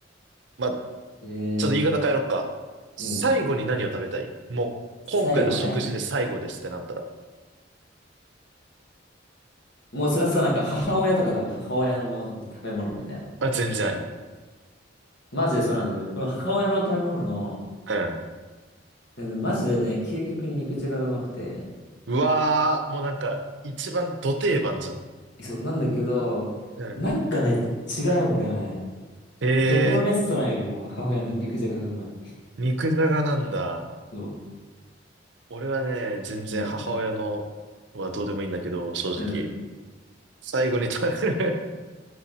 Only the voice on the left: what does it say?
えー、
うん。最後ね。
もうそれはさ、なんか母親とかだね。母親のもの、食べ物みたいな。
マジでそうなんだよね。この母親の食べ物の、
うんマジでね、究極に肉じゃががうまくて。
そう、なんだけど、
なんかね、違うんだよね。
どこのレストランよりも母親の肉じゃががうまい。
そ
う。うん
うん。